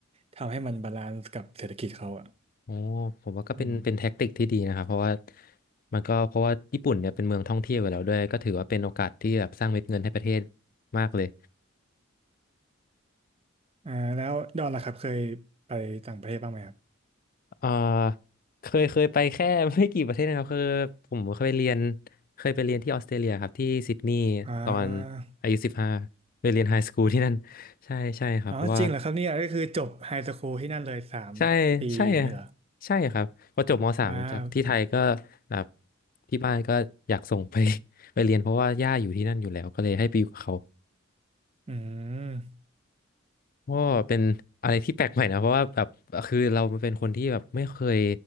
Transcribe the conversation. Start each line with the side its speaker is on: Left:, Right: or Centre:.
Right: ทำให้มันบาลานซ์กับเศรษฐกิจเขาอ่ะ
Left: โอ้ผมว่าก็เป็นเป็นแท็กติกที่ดีนะครับเพราะว่า
Right: อืม
Left: มันก็เพราะว่าญี่ปุ่นเนี่ยเป็นเมืองท่องเที่ยวอยู่แล้วด้วยก็ถือว่าเป็นโอกาสที่แบบสร้างเม็ดเงินให้ประเทศมากเลย
Right: อ่าแล้วดอนล่ะครับเคยไปต่างประเทศบ้างไหมครับ
Left: เอ่อเคยเคยไปแค่ <laughs> ไม่กี่ประเทศนะครับคือผมเคยไปเรียนเคยไปเรียนที่ออสเตรเลียครับที่ซิดนีย์ตอน
Right: อ่า
Left: อายุสิบห้าไปเรียนไฮสคูลที่นั่น <laughs> ใช่ใช่ครับเพราะว่า
Right: อ๋อจริงเหรอครับเนี่ยก็คือจบไฮสคูลที่นั่นเลยสามปีอย่างนี้เหรอ
Left: ใช่ใช่อะใช่ครับพอจบมสามจากที่ไทยก็
Right: ว้าว
Left: แบบที่บ้านก็อยากส่งไป <laughs> ไปเรียนเพราะว่าย่าอยู่ที่นั่นอยู่แล้วก็เลยให้ไปอยู่กับเขา
Right: อืม
Left: ก็เป็นอะไรที่แปลกใหม่นะเพราะว่าแบบคือเราเป็นคนที่แบบไม่เคย